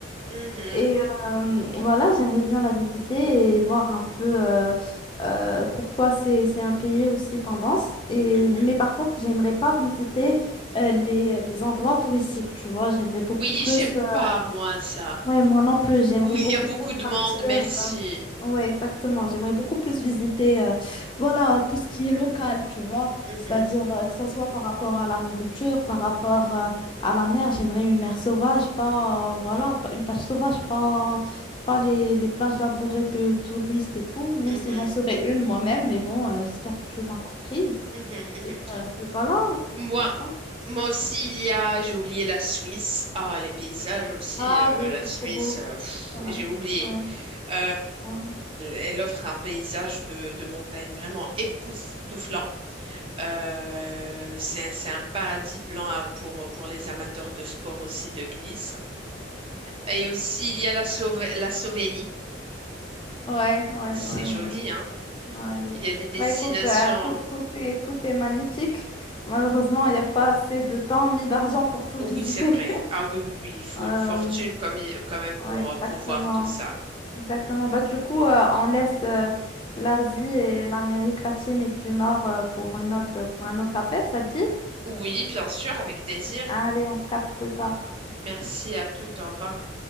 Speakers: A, on the right; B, on the left.
A: Mhm,
B: Et euh, voilà, j'aimerais bien la visiter et voir un peu euh, euh, pourquoi c'est c'est un pays aussi tendance. Et,
A: mhm.
B: mais par contre, j'aimerais pas visiter euh, les, les endroits touristiques, tu vois. J'aimerais beaucoup
A: Oui,
B: plus.
A: j'aime
B: euh,
A: pas, moi, ça.
B: ouais, moi non plus, j'aimerais
A: Oui,
B: beaucoup
A: il y a beaucoup
B: plus
A: de
B: partir.
A: monde, merci.
B: Oui, exactement. J'aimerais beaucoup plus visiter euh, voilà, tout ce qui est local, tu vois.
A: Mhm,
B: C'est-à-dire euh, que ça soit par rapport à la nourriture, par rapport euh, à la mer. J'aimerais une mer sauvage, pas, euh, voilà, pas- une plage sauvage, pas, pas les, les plages labourées de touristes et tout, même
A: mhm,
B: si j'en serais une moi-même. Mais bon, euh, j'espère que tu m'as comprise.
A: mhm, mhm.
B: Et euh, puis voilà,
A: Moi,
B: je pense.
A: moi aussi, il y a, j'ai oublié la Suisse. Ah, les paysages aussi,
B: Ah
A: euh,
B: oui,
A: la
B: c'est
A: Suisse,
B: trop beau.
A: euh, pff,
B: Ouais,
A: j'ai oublié.
B: ouais,
A: Euh,
B: ouais,
A: elle offre un paysage de, de montagne vraiment époustouflant. Euh, c'est, c'est un paradis blanc à- pour, pour les amateurs de sport aussi de glisse. Et aussi, il y a la Slove- la Slovénie.
B: ouais, ouais.
A: C'est
B: ouais.
A: joli,
B: ouais.
A: hein.
B: Ouais, oui.
A: Il y a des destinations.
B: Bah, écoute, euh, tout, tout est, tout est magnifique. Malheureusement, il n'y a pas assez de temps ni d'argent pour tout
A: Oui,
B: visiter.
A: c'est vrai.
B: <laughs>
A: Ah oui, oui, oui, il faut
B: Euh,
A: une fortune comme, quand même pour,
B: ouais, exactement.
A: euh, pour voir tout ça.
B: Exactement. Bah, du coup, euh, on laisse euh, l'Asie et l'Amérique latine et du Nord euh, pour une autre, pour un autre appel, ça te dit?
A: Oui, bien sûr, avec plaisir.
B: Allez, on se capte plus tard.
A: Merci à toutes. Au revoir.